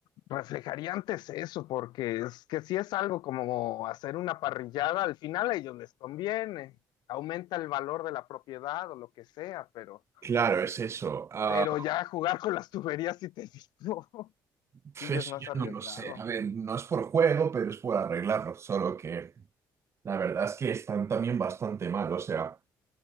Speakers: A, on the left (about 85°); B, on the right (about 40°).
A: reflejaría antes eso, porque es que si es algo como hacer una parrillada, al final a ellos les conviene, aumenta el valor de la propiedad o lo que sea, pero,
B: Claro, es eso. Ah,
A: pero ya jugar con las tuberías, si te digo, <laughs>
B: pf,
A: sí ya
B: eso
A: es más
B: yo
A: arriesgado.
B: no lo sé. A ver, no es por juego, pero es por arreglarlo. Solo que la verdad es que están también bastante mal. O sea,